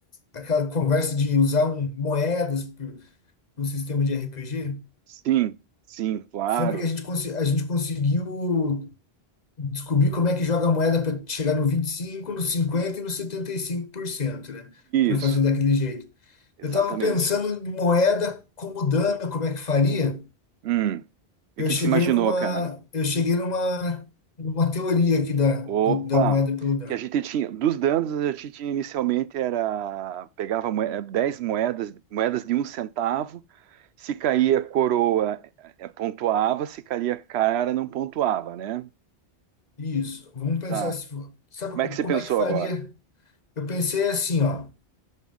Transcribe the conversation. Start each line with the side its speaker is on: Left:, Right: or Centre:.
Left: aquela conversa de usar um, moedas um sistema de RPG.
Right: Sim, sim, claro.
Left: Você lembra que a gente, consi- a gente conseguiu descobrir como é que joga a moeda para chegar no 25, no 50 e no 75%, né? Para
Right: Isso,
Left: fazer daquele jeito.
Right: exatamente.
Left: Eu estava pensando em moeda como dano, como é que faria.
Right: Hum. E
Left: Eu
Right: o que
Left: cheguei
Right: que você imaginou,
Left: numa,
Right: cara?
Left: eu cheguei numa, numa teoria aqui da,
Right: Opa,
Left: do- da moeda pelo dano.
Right: que a gente tinha, dos danos a gente tinha inicialmente era, pegava moe- eh, moedas, moedas de um centavo, se caía coroa, eh, pontuava, se caía cara, não pontuava, né?
Left: Isso. Vamos pensar
Right: Tá.
Left: se, sabe
Right: Como
Left: co-
Right: é que você
Left: como
Right: pensou
Left: é que faria?
Right: agora?
Left: Eu pensei assim, ó.